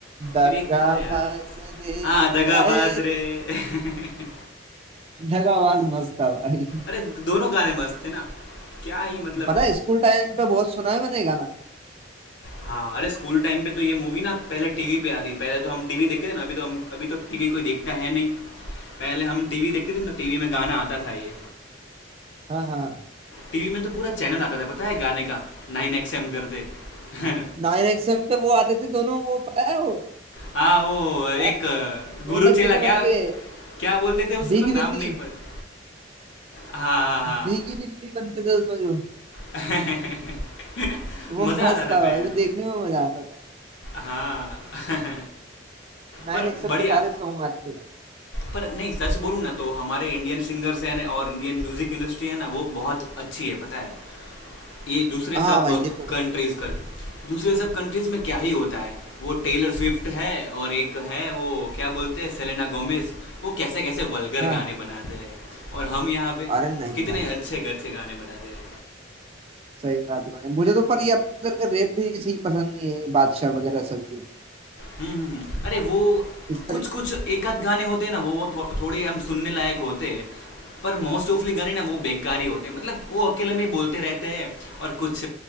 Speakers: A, on the right; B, on the left.
A: दगाबाज
B: फिर एक था यार
A: रे
B: हाँ दगाबाज
A: हाय
B: रे <laughs>
A: दगाबाज मस्त था भाई
B: अरे दोनों गाने मस्त थे ना क्या ही मतलब
A: पता है स्कूल टाइम पे बहुत सुना है मैंने ये गाना
B: हाँ अरे स्कूल टाइम पे तो ये मूवी ना पहले टीवी पे आती थी पहले तो हम टीवी देखते थे ना अभी तो हम अभी तो टीवी कोई देखता है नहीं पहले हम टीवी देखते थे ना तो टीवी में गाना आता था ये
A: हाँ हाँ
B: टीवी में तो पूरा चैनल आता था पता है गाने का नाइन एक्स एम करते <laughs>
A: नाइन एक्सएम पे वो आते थे दोनों वो पता है वो
B: हाँ वो एक
A: अरे
B: गुरु
A: मेंढक
B: चेला
A: जैसा बन
B: क्या
A: के
B: क्या बोलते थे उसको
A: भीगी
B: नाम
A: बिल्ली
B: नहीं पता हाँ हाँ हाँ
A: भीगी बिल्ली बनते थे उसमें जो
B: <laughs>
A: वो
B: मज़ा
A: मस्त
B: आता था
A: था
B: पहले
A: भाई वो देखने में मजा आता था
B: हाँ <laughs>
A: नाइन
B: पर
A: एक्सएम
B: बढ़िया
A: पे सारे सॉन्ग आते थे
B: पर नहीं सच बोलूँ ना तो हमारे इंडियन सिंगर्स हैं ना और इंडियन म्यूज़िक इंडस्ट्री है ना वो बहुत अच्छी है पता है ये दूसरे
A: हाँ
B: सब
A: भाई ये तो
B: कंट्रीज
A: है
B: करके दूसरे सब कंट्रीज में क्या ही होता है वो टेलर स्विफ्ट है और एक है वो क्या बोलते हैं सेलेना गोमेज वो कैसे कैसे वल्गर
A: हाँ
B: गाने बनाते हैं और हम यहाँ पे
A: अरे नहीं
B: कितने
A: भाई
B: अच्छे अच्छे गाने बनाते हैं
A: सही बात है भाई मुझे तो पर ये अब तक का रेप भी सही पसंद नहीं है बादशाह वगैरह सब के
B: हम्म, हम्म हम्म। अरे वो
A: इस तरह
B: कुछ कुछ एक आध गाने होते हैं ना वो वो थो, थोड़े हम सुनने लायक होते हैं पर मोस्ट ऑफली गाने ना वो बेकार ही होते हैं मतलब वो अकेले में ही बोलते रहते हैं और कुछ